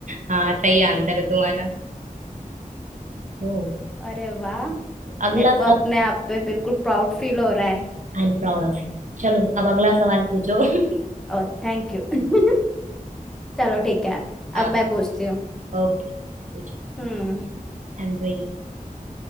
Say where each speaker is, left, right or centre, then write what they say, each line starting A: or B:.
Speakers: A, on the right; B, in the centre.
A: हाँ सही आंसर है तुम्हारा तो
B: अरे वाह
A: अगला
B: मेरे को अपने
A: सवाल
B: आप पे बिल्कुल प्राउड फील हो रहा है
A: I am proud of you चलो अब अगला सवाल पूछो <laughs>
B: ओ थैंक यू <laughs> चलो ठीक है
A: हाँ
B: अब मैं पूछती हूँ
A: ओके पूछो
B: हम्म
A: I am ready